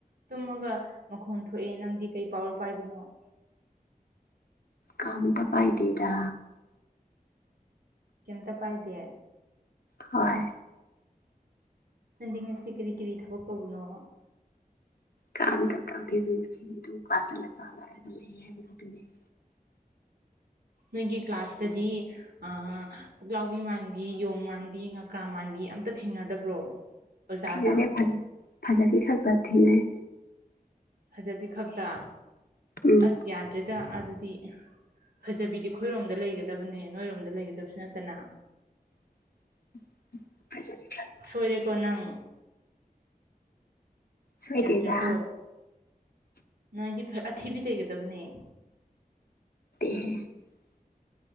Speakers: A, on the right; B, on the left.
A: ꯇꯨꯝꯃꯒ ꯃꯈꯣꯟ ꯊꯣꯛꯑꯦ ꯅꯪꯗꯤ ꯀꯩ ꯄꯋꯥꯔ ꯄꯥꯏꯕꯅꯣ <inaudible>
B: ꯀꯝꯇ ꯄꯥꯏꯗꯦꯗ
A: ꯀꯩꯝꯇ ꯄꯥꯏꯗꯦ
B: ꯍꯣꯏ
A: ꯅꯟꯗꯤ ꯉꯁꯤ ꯀꯔꯤ ꯀꯔꯤ ꯊꯕꯛ ꯇꯧꯕꯅꯣ
B: ꯀꯥꯡꯗ ꯊꯀꯥꯎ ꯊꯗ ꯁꯤꯡꯗꯨ <unintelligible> ꯐꯁꯂ ꯀꯂ ꯍꯥꯏꯔꯒ ꯂꯩ
A: ꯅꯣꯏꯒꯤ ꯀ꯭ꯂꯥꯁꯇꯗꯤ ꯑꯥꯥ ꯄꯨꯛꯂꯥꯎꯕꯤ ꯃꯥꯟꯕꯤ ꯌꯣꯡ ꯃꯥꯟꯕꯤ ꯉꯀ꯭ꯔꯥ ꯃꯥꯟꯕꯤ ꯑꯝꯇ ꯊꯦꯡꯅꯗꯕ꯭ꯔꯣ ꯑꯣꯖꯥꯗ
B: ꯊꯦꯡꯅꯗꯦ ꯐꯖ ꯐꯖꯥꯕꯤ ꯈꯥꯛꯇ ꯊꯦꯡꯅꯩ
A: ꯐꯖꯕꯤ ꯈꯛꯇ
B: ꯎꯝ
A: ꯑꯁ ꯌꯥꯗ꯭ꯔꯦꯗ ꯑꯗꯨꯗꯤ ꯐꯖꯕꯤꯗꯤ ꯑꯩꯈꯣꯏꯔꯣꯝꯗ ꯂꯩꯒꯗꯕꯅꯦ ꯅꯣꯏꯔꯣꯝꯗ ꯂꯩꯒꯗꯕꯁꯨ ꯅꯠꯇꯅ
B: <unintelligible> ꯈꯛꯇ
A: ꯁꯣꯏꯔꯦꯀꯣ
B: ꯂꯩ
A: ꯅꯪ
B: ꯁꯣꯏꯗꯦꯗ
A: ꯌꯥꯗ꯭ꯔꯦꯀꯣ ꯅꯣꯏꯗꯤ ꯐꯖ ꯊꯤꯕꯤ ꯂꯩꯩꯒꯗꯕꯅꯦ
B: <unintelligible>